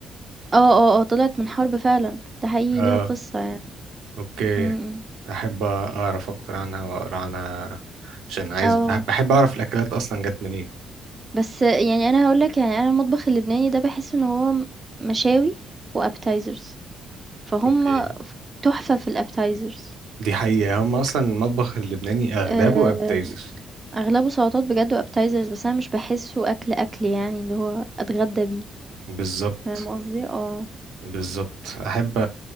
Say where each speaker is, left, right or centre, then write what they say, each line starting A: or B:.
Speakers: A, on the right (about 25°); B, on the right (about 80°).
A: آه، آه، آه، طلعت من حرب فعلًا، ده حقيقي
B: اه
A: ليها قصة يعني.
B: اوكي
A: إمم، إمم.
B: احب اعرف اكتر عنها واقرا عنها عشان عايز
A: آه.
B: بح- بحب اعرف الاكلات اصلا جت منين
A: بس يعني أنا هاقول لك يعني أنا المطبخ اللبناني ده باحس إن هو م مشاوي وappetizers فهُم
B: اوكي
A: ف تحفة في الappetizers
B: دي حقيقة هم أصلا المطبخ اللبناني أغلبه
A: آآ
B: appetizers
A: أغلبه سلطات بجد وappetizers بس أنا مش باحسّه أكل، أكل يعني اللي هو أتغدّى بيه،
B: بالظبط
A: فاهم قصدي؟ آه.
B: بالظبط أحب أ-